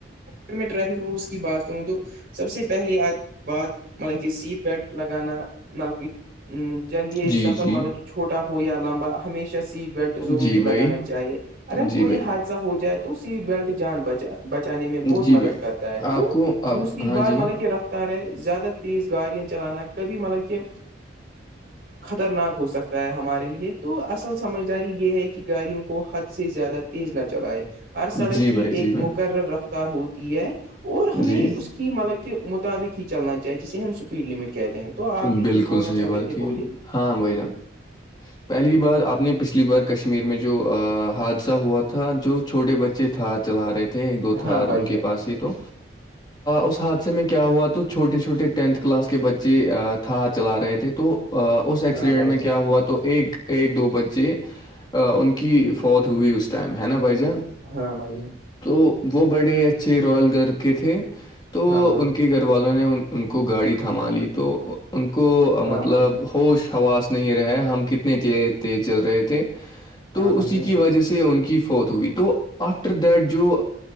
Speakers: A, on the right; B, on the left.
A: اگر میں ٹریفک رولس کی بات کروں تو سب سے پہلے آج بات مطلب کہ سیٹ بیلٹ لگانا مطلب چلیے
B: جی
A: سفر
B: جی
A: مطلب کہ چھوٹا ہو یا لمبا ہمیشہ سیٹ بیلٹ ضروری
B: جی
A: لگانا
B: بھائی
A: چاہیے اگر
B: جی
A: کوئی حادثہ ہو جائے تو سیٹ بیلٹ جان بچا بچانے
B: بھائی
A: میں بہت
B: جی
A: مدد
B: بھائی
A: کرتا ہے
B: آپ
A: تو
B: کو آپ
A: دوسری
B: ہاں
A: بات
B: جی
A: مطلب کہ رہ زیادہ تیز گاڑیاں چلانا کبھی مطلب کہ خطرناک ہو سکتا ہمارے لیے تو اصل سمجداری یہ ہے کہ گاڑیوں کو حد سے زیادہ تیز نہ چلائے ہر سڑک
B: جی
A: کی
B: بھائی جی
A: ایک
B: بھائی
A: مقرر رفتار ہوتی ہے اور ہمیں
B: جی
A: اس کی مطلب کے مطابق ہی چلنا چاہیے جسے ہم پڈ لمٹ کہتے ہیں تو آپ بھی
B: بالکل
A: کچھ بولنا
B: صحیح
A: چاہتے
B: بات
A: تھے
B: کی
A: بولے
B: ہے۔ ہاں بھائی جان پہلی بار آپ نے پچھلی بار کشمیر میں جو حادثہ ہوا تھا جو چھوٹے بچے تھا چلا رہے تھے تھے ایک دو تھار
A: ہاں بھائی
B: ان کے
A: جان
B: پاس سے تو اس حادث سے میں کیا ہوا تو چھوٹے چھوٹے ٹینتھ کلاس کے بچے تھا چلا رہے تھے تو اس ایکسیڈنٹ
A: ہاں بھائی
B: میں
A: جان
B: کیا ہوا تو ایک ایک دو بچے ان کی فوت ہوئی اس ٹائم ہے نا بھ جان
A: ہاں بھائی
B: تو وہ بڑے اچھے رال گ کے تھے تو
A: ہاں
B: ان کے گھر والوں نے ان کو گاڑی تھما لی تو ان کو
A: بھائی
B: مطلب
A: جان
B: ہوش حواس نہیں رہا ہم کتنے تیز چل رہے تھے
A: ہاں
B: تو
A: بھائی
B: اسی
A: جان
B: کی وجہ سے ان کی فوت ہوئی تھی تو آفٹر دیٹ جو